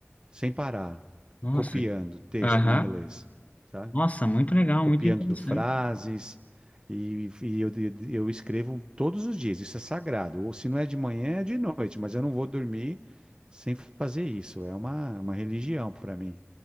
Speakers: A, on the right; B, on the left.
A: sem parar,
B: Nossa,
A: copiando texto
B: aham.
A: em inglês, sabe?
B: Nossa, muito legal,
A: copiando
B: muito interessante.
A: frases. E, e eu, eu escrevo todos os dias, isso é sagrado. Ou se não é de manhã, é de noite, mas eu não vou dormir sem fazer isso. É uma, uma religião para mim.